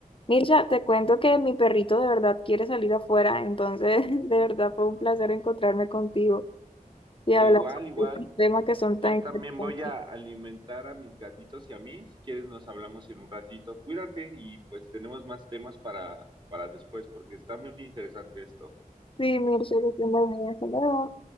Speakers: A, on the left; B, on the right.
A: Mircha, te cuento que mi perrito de verdad quiere salir afuera, entonces <laughs> de verdad fue un placer encontrarme contigo y hablar
B: igual,
A: sobre
B: igual.
A: estos temas que son tan
B: Yo
A: interesantes.
B: también voy a alimentar a mis gatitos y a mí. Si quieres nos hablamos en un ratito. Cuídate y pues tenemos más temas para para después porque está muy interesante esto.
A: Sí, Mircha, que te muy bien. Hasta luego.